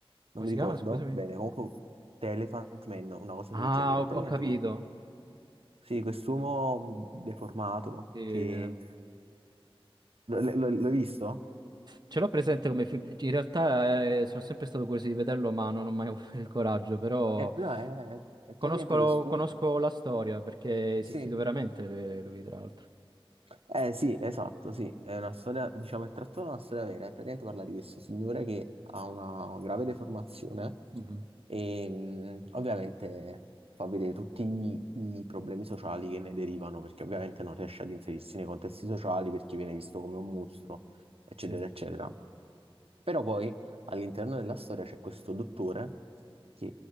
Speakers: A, on the right (about 75°); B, on the right (about 45°).
A: Non
B: Come
A: mi
B: si
A: ricordo
B: chiama? Scusami.
A: bene, comunque The Elephant Man, una cosa
B: Ah,
A: del genere.
B: ho,
A: Praticamente
B: ho capito.
A: que- sì, quest'uomo deformato
B: Eh,
A: che... l- l- l- L'hai visto?
B: ce l'ho presente come film. In realtà eh, sono sempre stato curioso di vederlo, ma non ho mai <laughs> avuto il coraggio. Però
A: È, no, è, è
B: conosco,
A: praticamente quest'uomo...
B: conosco la storia perché è esistito
A: Sì.
B: veramente eh, lui, tra l'altro.
A: Eh sì, esatto, sì. È una storia, diciamo, è tratta da una storia vera. E praticamente parla di questo signore che ha una grave deformazione
B: Mhm.
A: E mh, ovviamente fa vedere tutti i, i problemi sociali che ne derivano, perché ovviamente
B: Mhm.
A: non riesce ad inserirsi nei contesti sociali perché viene visto come un mostro, eccetera,
B: Sì.
A: eccetera. Però poi all'interno della storia c'è questo dottore che